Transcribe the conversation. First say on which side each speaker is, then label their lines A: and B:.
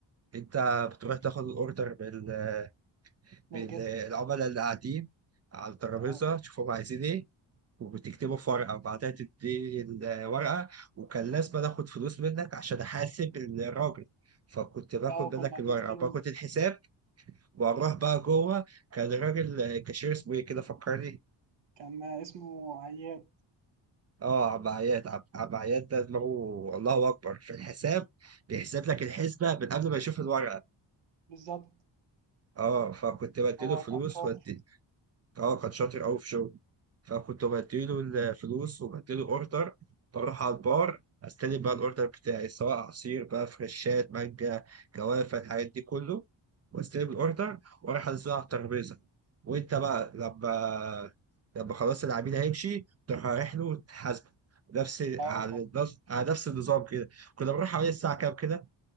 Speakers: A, on the right; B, on the right.
A: انت بتروح تاخد الاوردر من آه،
B: بالجست
A: من العملاء اللي قاعدين على الترابيزة
B: اه
A: تشوفهم عايزين ايه وبتكتبه في ورقة وبعدها تدي الورقة وكان لازم آخد فلوس منك عشان أحاسب الراجل فكنت باخد
B: اه كنا
A: منك الورقة
B: بنستلم
A: وباخد الحساب وأروح بقى جوه كان الراجل كاشير اسمه إيه كده فكرني
B: كان اسمه عياد
A: اه عم عياد عم عم عياد ده دماغه الله أكبر في الحساب بيحسب لك الحسبة من قبل ما يشوف الورقة
B: بالظبط
A: اه فكنت بديله
B: هو
A: فلوس
B: كان شاطر
A: ودي اه كان شاطر أوي في شغله فكنت بديله الفلوس وبديله اوردر بروح على البار استلم بقى الاوردر بتاعي سواء عصير بقى فريشات مانجا جوافه الحاجات دي كله واستلم الاوردر واروح انزله على الترابيزه وانت بقى لما لما خلاص العميل هيمشي تروح رايح له وتحاسبه نفس
B: اه
A: على
B: كنا
A: نفس على نفس النظام كده كنا بنروح حوالي الساعة كام كده؟